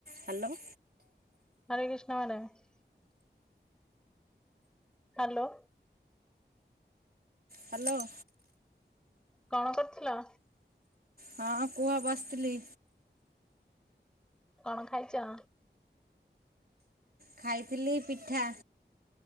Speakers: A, on the right (about 55°); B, in the centre.
A: Hello.
B: Hare Krishna madam. Hello.
A: Hello.
B: କଣ କରୁଥିଲ?
A: ହଁ କୁହ ବସିଥିଲି।
B: କଣ ଖାଇଚ?
A: ଖାଇଥିଲି ପିଠା।